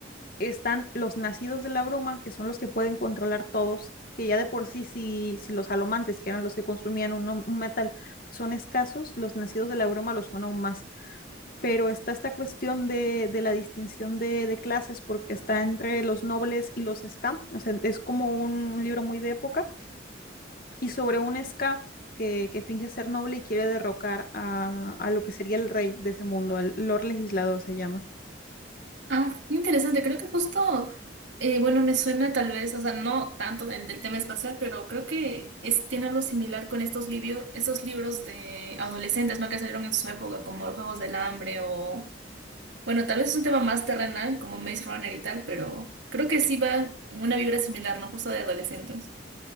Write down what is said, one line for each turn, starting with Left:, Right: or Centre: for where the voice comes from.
Left: están los nacidos de la bruma, que son los que pueden controlar todos, que ya de por sí, si, si los alomantes, que eran los que consumían un, un metal, son escasos, los nacidos de la bruma los son aún más. Pero está esta cuestión de, de la distinción de, de, clases, porque está entre los nobles y los ska, o sea, es como un libro muy de época, y sobre un ska que, que, finge ser noble y quiere derrocar a, a lo que sería el rey de ese mundo, al Lord Legislador se llama.
Right: Ah, muy interesante, creo que justo, eh, bueno, me suena tal vez, o sea, no tanto del, del tema espacial, pero creo que es, tiene algo similar con estos, libio- estos libros de adolescentes, ¿no? Que salieron en su época, como Los Juegos del Hambre o, bueno, tal vez es un tema más terrenal, como Maze Runner y tal, pero creo que sí va en una vibra similar, ¿no? Justo de adolescentes.